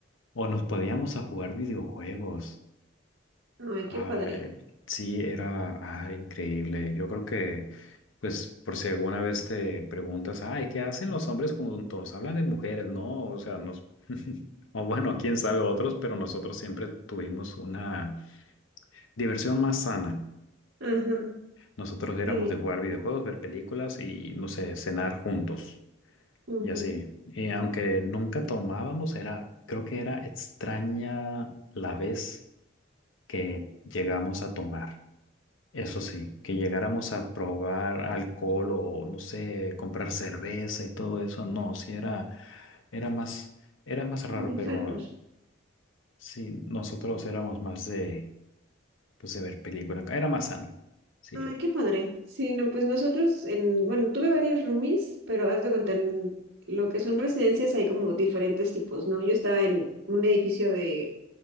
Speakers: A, on the left; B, on the right.
A: O nos podíamos a jugar videojuegos.
B: Ay,
A: Ay,
B: qué padre.
A: sí, era ay, increíble. Yo creo que, pues, por si alguna vez te preguntas, ay, ¿qué hacen los hombres juntos? Hablan de mujeres, ¿no? O sea, nos... <laughs> O bueno, quién sabe otros, pero nosotros siempre tuvimos una diversión más sana.
B: Ajá.
A: Nosotros éramos
B: Sí.
A: de jugar videojuegos, ver películas y, no sé, cenar juntos.
B: ujú,
A: Y así, y aunque nunca tomábamos, era, creo que era extraña la vez que llegamos a tomar. Eso sí, que llegáramos a probar alcohol o no sé, comprar cerveza y todo eso, no, sí era, era más, era más raro,
B: Muy
A: pero
B: sanos.
A: sí, nosotros éramos más de, pues de ver películas, era más sano, sí,
B: Ay, qué padre. Sí, no, pues nosotros en, bueno, tuve varias roomies, pero haz de cuenta, en lo que son residencias hay como diferentes tipos, ¿no? Yo estaba en un edificio de